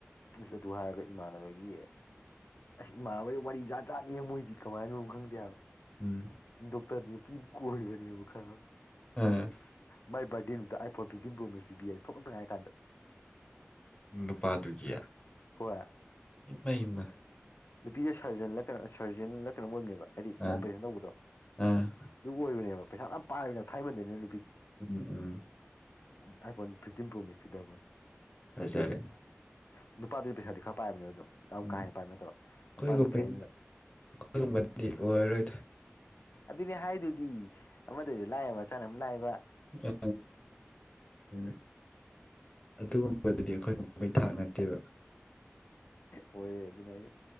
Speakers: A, on the left; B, on the left.
A: ꯁ ꯑꯗꯨ ꯍꯥꯏꯔꯒ ꯏꯃꯥꯟꯅꯕꯒꯤ ꯑꯁ ꯏꯃꯥꯟꯅꯕꯩꯗ ꯋꯥꯔꯤ ꯖꯥꯠ ꯆꯥꯠꯅꯤ ꯃꯣꯏꯗꯤ ꯀꯃꯥꯏꯅꯣ ꯈꯪꯗꯦ ꯍꯥꯏꯕ
B: ꯎꯝ
A: ꯗꯣꯛꯇꯔ ꯄꯤ ꯀ ꯑꯣꯏꯕꯅꯤ ꯈ
B: ꯑꯥ
A: ꯃꯥꯏ ꯕꯥꯔꯗꯦ ꯅꯨꯡꯇ ꯑꯩ ꯐꯣꯔ ꯐꯤꯞꯇꯗꯤꯝ ꯄ꯭ꯔꯣꯃꯤꯁ ꯄꯤꯕꯤ ꯌꯥꯔ ꯊꯣꯛꯂꯛꯛꯇꯥꯏ ꯍꯥꯏ ꯀꯥꯟꯗ
B: ꯅꯨꯄꯥꯗꯨꯒꯤ
A: ꯍꯣꯏ
B: ꯏꯃ ꯏꯃ
A: ꯅꯨꯄꯤꯁꯦ ꯁꯔꯖꯟ ꯁꯔꯖꯟ ꯅꯠꯇꯅ ꯑꯣꯏꯕꯅꯦꯕ ꯍꯥꯏꯗꯤ
B: ꯑꯥ
A: ꯑꯃ ꯑꯣꯄꯔꯦꯁꯟ ꯇꯧꯕꯗꯣ
B: ꯑꯥ
A: ꯑꯗꯨ ꯑꯣꯏꯕꯅꯦꯕ ꯄꯩꯁꯥ ꯌꯥꯝ ꯄꯥꯏꯕꯅ ꯊꯥꯏꯃꯟꯗꯅꯤ
B: ꯎꯝ ꯎꯝ
A: ꯑꯩꯥꯏ ꯐꯣꯟ ꯐꯤꯐꯇꯤꯝ ꯄ꯭ꯔꯣꯃꯤ ꯄꯤꯗꯕ
B: ꯐꯖꯔꯦ
A: ꯕꯥꯔꯗꯦ ꯅꯨꯃꯤꯠꯇ ꯅꯨꯄꯥꯗꯨꯒꯤ ꯄꯩꯁꯥꯗꯤ ꯈꯔ ꯄꯥꯏꯕꯅꯤ ꯑꯗꯣ ꯌꯥꯝ
B: ꯎꯝ
A: ꯀꯥ ꯍꯦꯟꯅ ꯄꯥꯏꯝꯃꯦꯠꯇꯣ ꯃꯄꯥꯗꯣ
B: ꯑꯩꯈꯣꯏꯒꯨꯝꯕ
A: ꯀꯩ ꯍꯥꯏꯅꯤꯉ
B: ꯑꯩꯈꯣꯏꯒꯨꯝꯕꯗꯤ ꯑꯣꯏꯔꯔꯣꯏꯗ
A: ꯑꯗꯨꯅꯦ ꯍꯥꯏꯗꯨꯗꯤ ꯑꯃꯗꯁꯨ ꯂꯥꯛꯑꯕ ꯃꯆꯥꯅ ꯑꯃ ꯂꯥꯛꯑꯕ
B: ꯑ ꯑ ꯑꯗꯨꯒꯨꯝꯕꯗꯨꯗꯤ ꯑꯩꯈꯣꯏ ꯃꯩ ꯊꯥꯛ ꯅꯠꯇꯦꯕ
A: ꯑꯣꯏꯅꯦꯦ